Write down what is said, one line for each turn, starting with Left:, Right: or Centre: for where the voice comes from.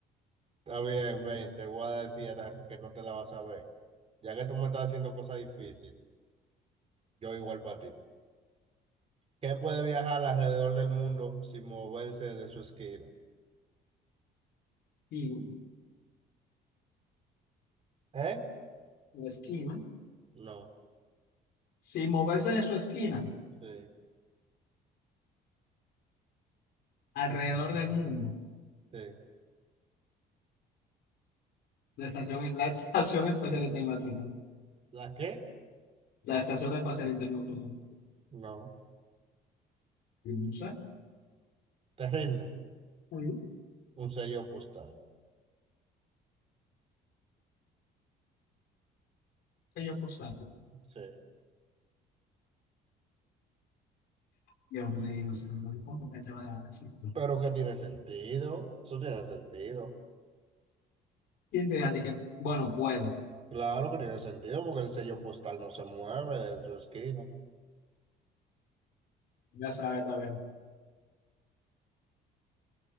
Right: Está bien, ven, te voy a decir ahora que no te la vas a ver. Ya que tú me estás haciendo cosas difíciles, yo igual para ti. ¿Qué puede viajar alrededor del mundo sin moverse de su esquina?
Left: Esquina,
Right: ¿Eh?
Left: la esquina.
Right: No.
Left: Sin moverse de su esquina,
Right: Sí,
Left: alrededor del mundo.
Right: sí.
Left: La estación, la Estación Espacial Internacional.
Right: ¿La qué?
Left: La Estación Espacial Internacional.
Right: No.
Left: Y No sé.
Right: ¿Te rinde?
Left: Muy bien.
Right: Un sello postal.
Left: Que yo postal.
Right: Sí.
Left: Dios mío, señor, ¿cómo que te voy a dejar así?
Right: Pero que tiene sentido. Eso tiene sentido.
Left: ¿Quién te dice a ti que, bueno, puede?
Right: Claro que tiene sentido porque el sello postal no se mueve de su esquina.
Left: Ya sabes, está bien.